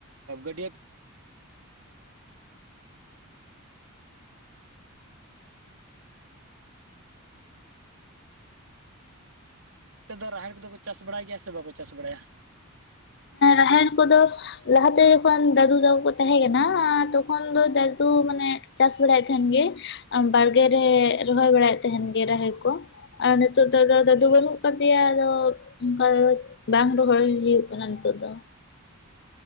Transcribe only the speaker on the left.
ᱨᱟᱦᱮᱲ ᱠᱚᱫᱚ ᱞᱟᱦᱟᱛᱮ ᱡᱚᱠᱷᱚᱱ ᱫᱟᱫᱩ ᱛᱟᱠᱚ ᱛᱟᱦᱮᱸ ᱠᱟᱱᱟ ᱛᱚᱠᱷᱚᱱ ᱫᱚ ᱫᱟᱫᱩ ᱢᱟᱱᱮ ᱪᱟᱥ ᱵᱟᱲᱟᱭᱮᱫ ᱛᱟᱦᱮᱱ ᱜᱮ ᱵᱟᱲᱜᱮ ᱨᱮ ᱨᱚᱦᱚᱭ ᱵᱟᱲᱟᱭᱮᱫ ᱛᱟᱦᱮᱱ ᱜᱮ ᱨᱟᱦᱮᱲ ᱠᱚ᱾ ᱟᱨ ᱱᱤᱛᱚᱜ ᱫᱚ ᱟᱫᱚ ᱫᱟᱫᱩ ᱵᱟᱹᱱᱩᱜ ᱟᱠᱟᱫᱤᱭᱟ ᱟᱫᱚ ᱚᱱᱠᱟ ᱫᱚ ᱵᱟᱝ ᱨᱚᱦᱚᱭ ᱦᱩᱭᱩᱜ ᱠᱟᱱᱟ ᱱᱤᱛᱚᱜ ᱫᱚ᱾